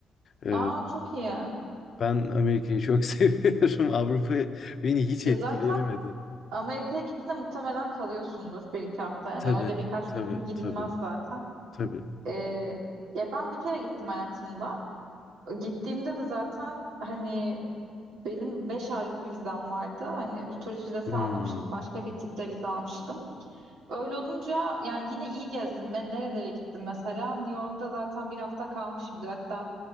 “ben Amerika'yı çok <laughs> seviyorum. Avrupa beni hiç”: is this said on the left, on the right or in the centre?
Left